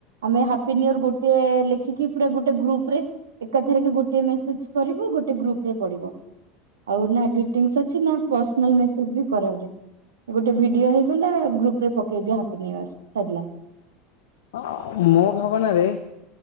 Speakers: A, on the right (about 70°); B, on the left (about 65°).
A: ଆମେ ହାପି ନିଅର ଗୋଟେ ଲେଖିକି ପୁରା ଗୋଟେ ଗ୍ରୁପ୍ ରେ ଏକାଥରେ କି ଗୋଟେ ମେସେଜ୍ କରିବୁ ଗୋଟେ ଗ୍ରୁପ୍ ରେ ପଡିବ ଆଉ ନା ଗ୍ରିଟିନ୍ସ ଅଛ ଛି ନା ପର୍ସନାଲ୍ ମେସେଜ୍ ବି କରା ହୁଏ। ଗୋଟେ ଭିଡିଓ ହେଇଗଲା ଗ୍ରୁପ୍ ରେ ପକେଇ ଦିଅ ହାପିନିଅର୍ ସରିଲା।
B: ଅ, ମୋ ଭାବନାରେ